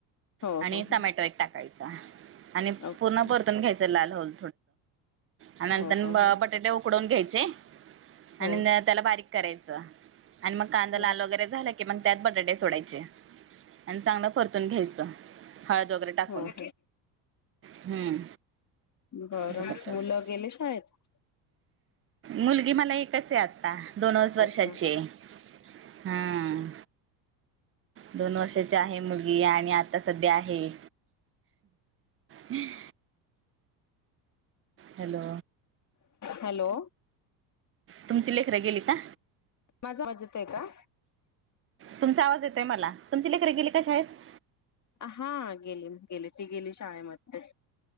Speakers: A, on the left; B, on the right.
A: हो
B: आणि
A: हो हो
B: टमॅटो एक टाकायचा.
A: ओके
B: पूर्ण परतून घ्यायचं लाल होल
A: हो
B: आणि नंतर
A: हो हो हो
B: बटाटे उ. उकडून घ्यायचे
A: हो.
B: आणि बारीक करायचं आणि कांदा
A: हो
B: लाल वगैरे झाला. कि मग त्यात बटाटे सोडायचे आणि चांगलं परतून घ्यायचं हळद वगैरे. टाकून
A: हो हो
B: हम्म
A: बरं
B: असं करतात
A: मुलं गेले शाळेतआहेत.
B: मुलगी मला एकच आहे आता दोनच वर्षाची
A: अच्छा
B: आहे. हमम. दोन वर्षाची आहे मुलगी आणि आता सध्या आहे. हम्म. हॅलो.
A: हॅलो.
B: तुमची लेखरां गेली का?
A: माझा आवाज यतो आहे का?
B: तुमचा आवाज येतय मला तुमची लेखरी गेली का शाळेतआहेत.
A: हा गेली गेली ती गेली शाळेमध्ये.